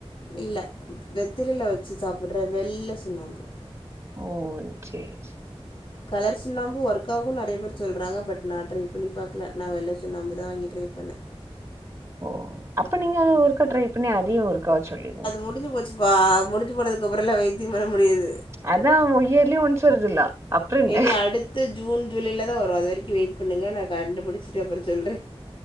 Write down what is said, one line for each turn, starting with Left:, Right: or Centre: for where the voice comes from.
Left: இல்ல வெத்தலில வெச்சு சாப்பிடுற வெள்ள சுண்ணாம்பு
Right: ஓ சேரி
Left: கலர் சுண்ணாம்பு ஒர்க்காகுனு நெறய பேர் சொல்றாங்க பட் நா ட்ரை பண்ண பாக்கல நா வெள்ள சுண்ணாம்பு தா வாங்கி ட்ரை பண்ணே
Right: ஓ அப்ப நீங்க அத ஒருக்கா ட்ரை பண்ணி அதையு ஒருக்கா சொல்லிடுங்க
Left: முடிச்சு போச்சு ப்பா முடிச்சு போனதுக்கு அப்றோயெல்லா வைத்தியம் பண்ண முடியாது
Right: அதா இயர்லி ஒன்ஸ் வருதுல்ல அப்றோ என்ன
Left: இனி அடுத்து ஜூன் ஜூலையில தா வரு அது வரைக்கு வெயிட் பண்ணுங்க நா கண்டு புடிச்சிட்டு அப்றோ சொல்றே